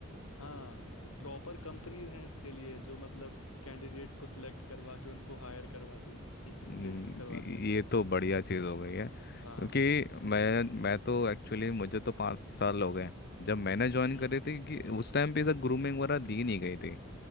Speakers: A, on the left; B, on the left.
A: हाँ प्रॉपर कंपनीज हैं इसके लिए जो मतलब कैंडिडेट्स को सिलेक्ट करवा के उनको हायर करवाती हैं <laughs>
B: हम्म,
A: प्लेस करवाती
B: ये
A: हैं
B: तो बढ़िया चीज़ हो गई है क्योंकि
A: हाँ
B: मैं मैं तो एक्चुअली मुझे तो पाँच साल हो गए जब मैंने ज्वाइन
A: हम्म
B: करी थी कि उस टाइम पे ऐसा ग्रूमिंग वगैरह दी नहीं गई थी